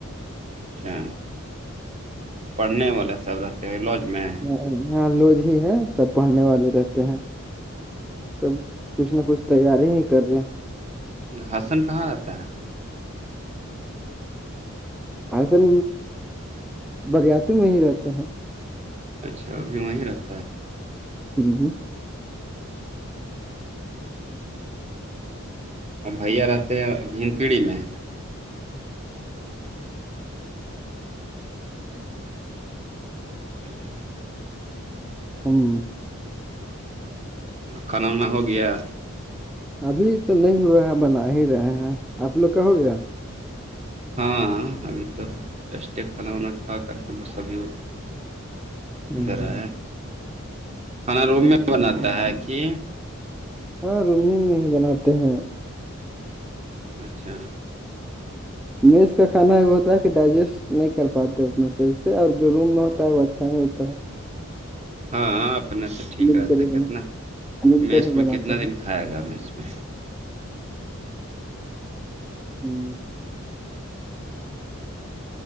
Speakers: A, on the right; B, in the centre.
A: اچھا پڑھنے والا سب رہتے لوج میں
B: یہاں لوج ہی ہے سب پڑھنے والے رہتے ہیں سب کچھ نہ کچھ تیاری ہی کر رہے ہیں
A: حسن کہاں رہتا ہے
B: حصل بریاتی میں ہی رہتے ہیں
A: اچھابھی وہاں رہات
B: ہوں
A: اور بھیا رہتے ہیں ہن پیڑھی میں ہیلو
B: ہاں
A: کھانانا ہو گیا
B: ابھی تو نہیں ہوا ہے بنا ہی رہے ہیں آپ لوگ کا ہو گیا
A: ہاں ابھی تو جسٹ کھانا وانا کھا کر کے بس ابھی ہو
B: ہوں
A: ادھر ہے کھانا روم میں بناتا ہے کہ
B: ہاں رن میں ہی بناتے ہیں
A: اچھا
B: میز کا کانا وہ ہوتا ہے کہ ڈائجیسٹ نہیں کر پاتے اپنا صحیح سے اور جو روم میں ہوتا ہے وہ اچھا نہیں ہوتا ہے
A: ہاں اپنے سے ٹھیک
B: مل
A: رہتا
B: کر ہی
A: ہے
B: بنا
A: کتنا
B: مل
A: میس
B: کر ہی
A: میں
B: بناتے
A: کتنا دن
B: ہیں
A: کھائے گا می میں
B: ہوں